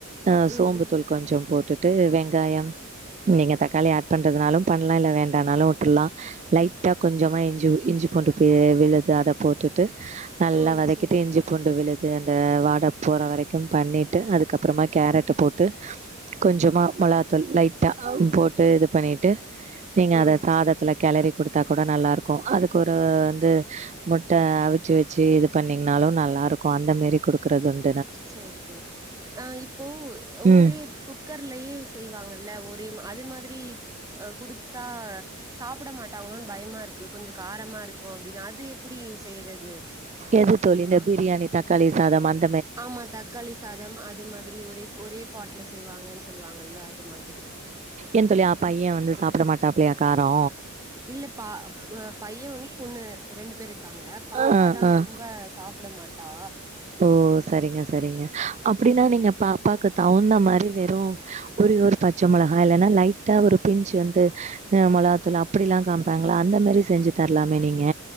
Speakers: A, on the right; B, on the right.
A: அ
B: ம்
A: சோம்புத்தூள்
B: ம்
A: கொஞ்சோ போட்டுட்டு வெங்காயம் நீங்க தக்காளி ஆட் பண்றதுனாலு பண்ணலா இல்ல வேண்டனாலு வுட்டுலா லைட்டா கொஞ்சமாக இஞ்சி ஊ இஞ்சி பூண்டு பே விழுது அத போட்டுட்டு நல்லா
B: ம்
A: வதக்கிட்டு
B: சரி
A: இஞ்சி பூண்டு விழுது அந்த வாட போற வரைக்கு பண்ணிட்டு அதுக்கப்பறமா கேரட்ட போட்டு கொஞ்சோமா மொளாத்தூள் லைட்டா போட்டு இது பண்ணிட்டு நீங்க
B: ம்
A: அத சாதத்துல
B: சரி
A: கெளறி குடுத்தா கூட நல்லாருக்கு அதுக்கு ஒரு வந்து முட்ட அவிச்சு வ ச்சி இது பண்ணீங்கனாலு நல்லா இருக்கு அந்த மேரி குடுக்கறதுண்
B: செரி செரி ஆஹ் இப்போ ஒரே
A: ம்.
B: குப் குக்கர்லயே செய்வாங்கல்ல ஒரே மா அது மாதிரி அ குடுத்தா சாப்ட மாட் டாங்களோனு பயமா இருக்கு கொஞ்சோ காரமா இருக்கு அப்டினு அது எப்டி செய்றது
A: எது
B: தெரியுமா
A: தோழி இந்த பிரியாணி தக்காளி சாதம் அந்
B: ஆமா தக்காளி சாதம் அது மாதிரி ஒரே ஒரே பாட்ல செய்வாங்கனு சொல்லுவாங்களே அது மாதிரி
A: என் தோழி அ பையே
B: ஆ
A: வந்து சாப்ட மாட்டாப்பிள்ளயா காரோ
B: இல்ல பா அ பையே ஒன்னு பொண்ணு ரெண்டு பேர் இருக்காங்க பாப்பா
A: ஆ
B: தா
A: ஆ
B: ரொம்ப சாப் டமாட்டா
A: ஓ செரிங்க செரிங்க அப்டினா
B: ம்
A: நீங்க
B: ம்
A: பா ப்பாக்கு தகுந்த மாரி வெறு ஒரே ஒரு பச்ச மொளகா இல்லனா லைட்டா ஒரு பிஞ்ச் வந்து அ மொளகாத்தூள் அப்டிலா காமிப்பாங்களா அந்தமாரி செஞ்சு தரலாமே நீங்க